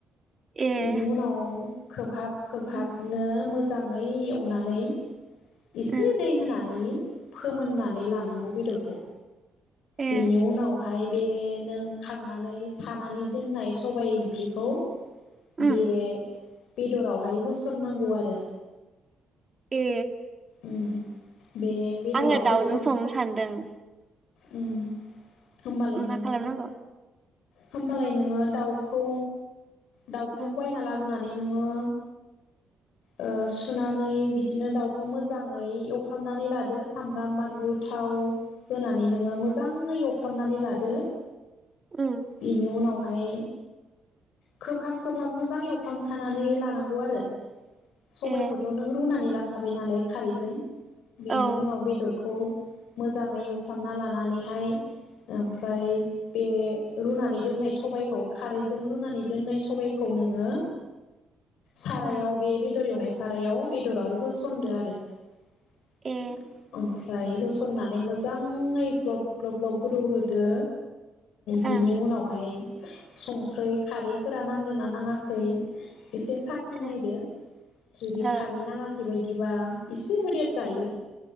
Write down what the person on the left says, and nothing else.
बेनि उनाव खोबहाब खोबहाबनो
मो मोजाङै एवनानै इसे
दै होनानै फोमोननानै लानांगौ बेदरखौ।
बेनि उनाव ओमफाय बे नों खांनानै सानानै दोननाय सबाइ ओंख्रिखौ
बे बेदरावहाय होसननांगौ आरो।
उम बे बेदराव
होसन
उम। होमबालाय नोङो।
होमबालाय नोङो दाउखौ। दाउखौ
बायना लाबोनानै। नोंङो। ओ सुनानै बिदि। बिदिनो दावखौ। खौ मोजाङै एवफ्रामनानै लादो सामब्राम बानलु थाव होनानै नोङो मोजाङै एवफ्रामनानै लादो।
बेनि उनाव। बेवहाय खोबहाब खोबहाब मोजां एवफ्राम खानानै लानांगौ आरो। सबायखौथ
नों रुनानै लाखा। लाखाबाय नालाय खारैजों। बेनि
उनाव बेदरखौ। मोजाङै एवफ्रामना लानानैहाय ओमफ्राय बे रुनानै दोननाय सबायखौ खारैजों रुनानै दोननाय सबायखौ नोंङो। सारायाव
बे बेदर एवनायाव। सारायाव बेदराव होसनना। फुनदो आरो। औ।
ओमफ्राय होसननानै मोजाङै ग्लब ग्लब ग्लब गोदौहोदो।
बिनि उनावहाय। संख्रि खारैफोरा नांदोंना नाङाखै। एसे साखि
नायदो जुदि
खारै नाङाखै बायदि। बिदिबा एसे होदेर जायो।